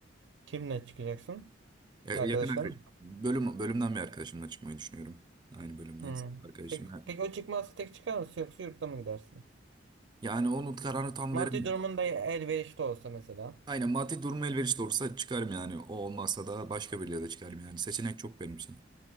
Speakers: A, on the right; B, on the right.
A: Kimle çıkacaksın?
B: Ya-
A: Arkadaşların
B: Yakın arkadaş.
A: mı?
B: Bölüm, bölümden bir arkadaşımla çıkmayı düşünüyorum. Aynı bölümden
A: Hmm.
B: arkadaşım.
A: Tek,
B: Yani
A: peki o çıkmazsa tek çıkar mısın yoksa yurtta mı gidersin?
B: Yani onun kararını tam
A: Maddi
B: veremiyorum.
A: durumun da elverişli olsa mesela.
B: Aynen maddi durum elverişli olursa çıkarım yani. O olmazsa da başka biriyle de çıkarım yani. Seçenek çok benim için.